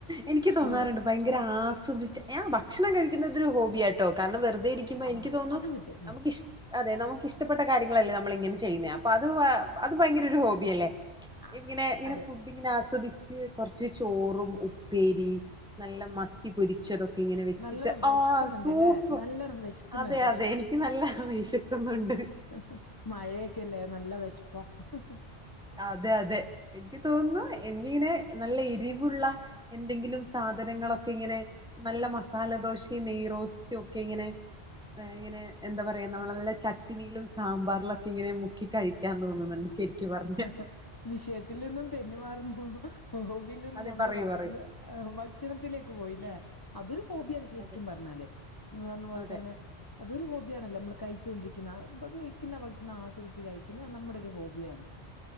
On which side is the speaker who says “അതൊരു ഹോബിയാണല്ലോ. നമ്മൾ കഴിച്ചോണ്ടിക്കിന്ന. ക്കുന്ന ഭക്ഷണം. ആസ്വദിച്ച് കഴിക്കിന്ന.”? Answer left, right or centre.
Left